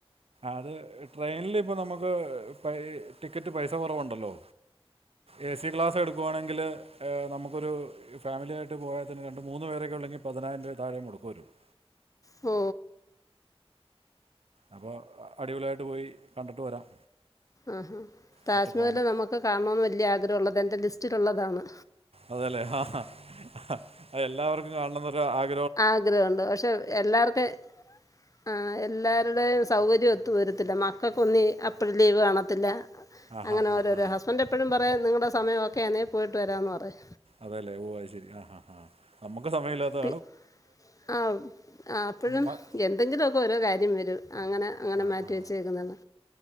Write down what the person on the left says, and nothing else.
ഓ
ആഹാ താജ്മഹല്
നമുക്ക് കാണണോന്ന് വല്യയ ആഗ്രഹള്ള ന്റെ ലിസ്റ്റിലള്ളതാണ്
ആഗ്രഹുണ്ട് പക്ഷെ എല്ലാർക്കും ആ എല്ലാരുടെയും സൗകര്യം ഒത്തു വരത്തില്ല മക്കക്കൊന്നു അപ്പോഴ ലീവ് കാണത്തില്ല
അങ്ങനെ
ഓരോരോ
ഹസ്ബൻ്റ് എപ്പോഴും പറയും നിങ്ങളുടെ സമയ ഒക്കെയാണേൽ പോയിട്ട് വരാമന്ന് പറയും
പി ആ അപ്പോഴും
എന്തെങ്കിലുക്കെ ഓരോ കാര്യം വരും അങ്ങനെ അങ്ങനെ
മാറ്റിവെച്ചേക്കുന്നതാ